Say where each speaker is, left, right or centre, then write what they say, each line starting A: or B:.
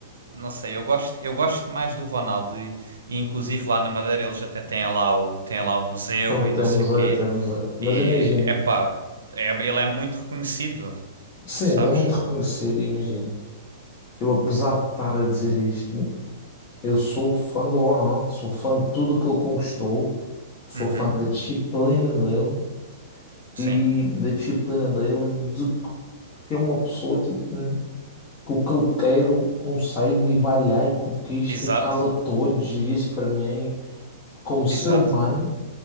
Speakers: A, on the right; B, on the left.
A: Não sei, eu gosto, eu gosto mais do Ronaldo e, e inclusive lá na Madeira eles até têm lá o, têm lá o museu
B: Então
A: e
B: temos
A: não sei quê.
B: é, temos é.
A: E
B: Mas imagina.
A: epá, é, ele é muito reconhecido,
B: Sim,
A: sabes?
B: ele é muito reconhecido, e imagina. Eu, apesar de estar a dizer isto, eu sou fã do Ronaldo, sou fã de tudo que ele conquistou, sou
A: Uhum,
B: fã da disciplina dele
A: sim,
B: e da disciplina dele, e de, porque é uma pessoa tipo, hum, que o que ele quer, ele consegue e vai lá e conquista
A: exato,
B: e cala todos, e isso para mim, como ser
A: exato.
B: humano,